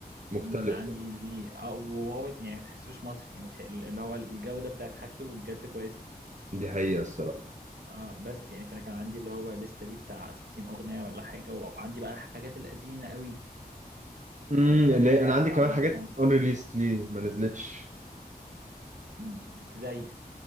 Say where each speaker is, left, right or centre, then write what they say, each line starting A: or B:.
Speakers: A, on the right; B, on the right.
A: مختلف
B: امم عندي
A: كده
B: ليه اه وهو يعني ما تحسوش مصري يعني تح- اللي هو الجوده بتاعت حاجته بجد كويسه
A: دي حقيقة الصراحة
B: اه بس يعني فانا كان عندي اللي هو لسه ليه بتاع 60 اغنيه ولا حاجه وعندي بقى الحاجات القديمه قوي آه
A: أمم،
B: وبتاع
A: اللي
B: ده
A: هي-
B: يقطع
A: انا عندي كمان
B: يعني
A: حاجات
B: اه
A: unreleased ليه ما نزلتش
B: م- زي